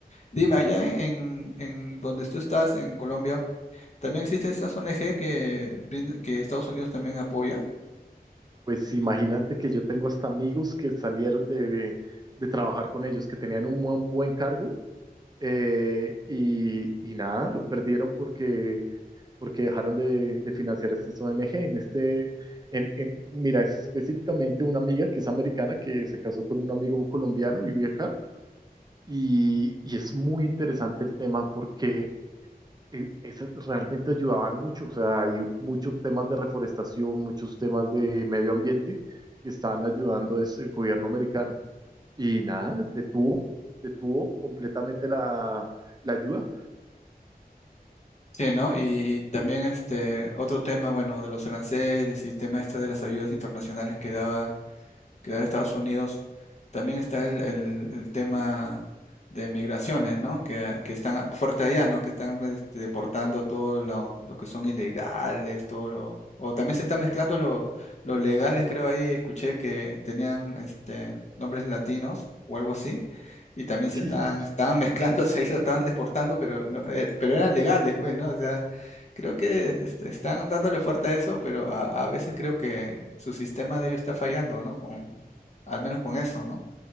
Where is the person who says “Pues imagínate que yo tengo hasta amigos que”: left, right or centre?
Right